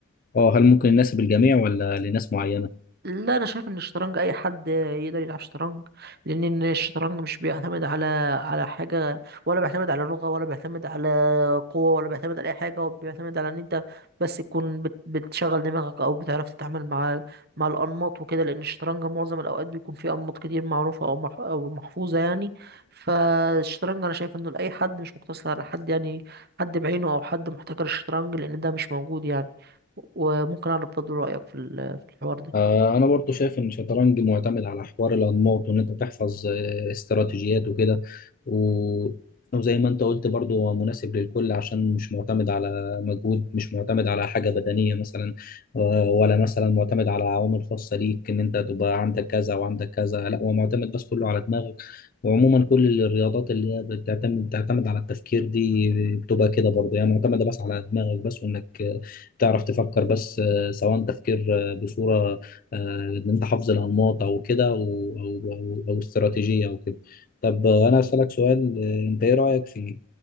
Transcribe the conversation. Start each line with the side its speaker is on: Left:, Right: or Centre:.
Left: اه هل ممكن يناسب الجميع ولا لناس معينة
Right: لا انا شايف ان الشطرنج اي حد يقدر يلعب شطرنج لان إن الشطرنج مش بيعتمد على على حاجه ولا بيعتمد على لغه ولا بيعتمد على قوه ولا بيعتمد على اي حاجه هو بيعتمد على ان انت بس تكون بت- بتشغل دماغك او بتعرف تتعامل مع مع الانماط وكده لان الشطرنج معظم الاوقات بيكون فيه انماط كتير معروفه او مح- او محفوظه يعني فالشطرنج انا شايف انه لاي حد مش مقتصر على حد يعني حد بعينه او حد محتكر الشطرنج لان ده مش موجود يعني وممكن اعرف برضه رايك في ال- في الحوار ده
Left: آه، انا برضو شايف ان الشطرنج معتمد على حوار الانماط وان انت تحفظ آه، استراتيجيات وكده و... وزي ما انت قلت برضو هو مناسب للكل عشان مش معتمد على مجهود مش معتمد على حاجة بدنية مثلا آه، ولا مثلا معتمد على عوامل خاصة ليك ان انت تبقى عندك كذا وعندك كذا لا هو معتمد بس كله على دماغك وعموما كل الرياضات اللي هي بتعتمد بتعتمد على التفكير دي بتبقى كده برضه هي معتمدة بس على دماغك بس وانك آه، تعرف تفكر بس آه، سواء تفكير آه، بصورة آه، ان انت حافظ الانماط او كده او او او, أو استراتيجيه او كده طب آه، انا اسالك سؤال آه، انت ايه رايك في